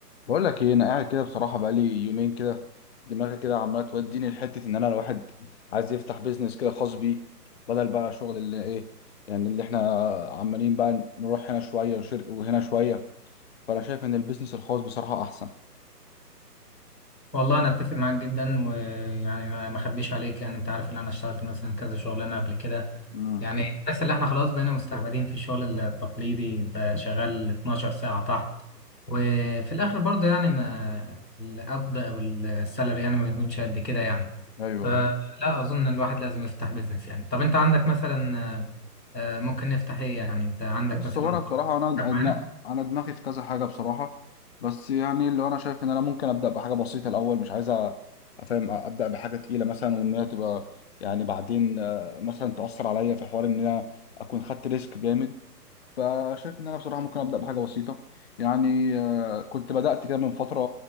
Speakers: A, on the left; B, on the left.
A: بقول لك ايه انا قاعد كده بصراحه بقالي يومين كده دماغي كده عماله توديني لحته ان انا الواحد عايز يفتح بيزنس كده خاص بيه بدل بقى شغل اللي ايه يعني اللي احنا عمالين بقى نروح هنا شويه وشرق وهنا شويه فانا شايف ان البيزنس الخاص بصراحه احسن
B: والله انا اتفق معاك جدا ويعني ما ما اخبيش عليك يعني انت عارف ان انا اشتغلت مثلا كذا شغلانه قبل كده
A: امم
B: يعني تحس ان احنا خلاص بقينا مستعبدين في الشغل التقليدي انت شغال 12 ساعه تحت وفي الاخر برضه يعني ما القبض او السالري يعني ما بيكونش قد كده يعني
A: ايوه
B: فلا
A: ايوه
B: اظن ان الواحد لازم يفتح بيزنس يعني طب انت عندك مثلا آه، ممكن نفتح ايه يعني انت عندك
A: بص
B: مثلا
A: هو انا
B: خ-
A: بصراحه انا
B: كان معانا
A: لا انا دماغي في كذا حاجه بصراحه بس يعني اللي انا شايف ان انا ممكن ابدا بحاجه بسيطه الاول مش عايز أ- افهم ابدا بحاجه تقيله مثلا وان هي تبقى يعني بعدين آه، مثلا تاثر عليا في حوار ان انا اكون خدت ريسك جامد فشايف ان انا بصراحه ممكن ابدا بحاجه بسيطه يعني آه، كنت بدات كده من فتره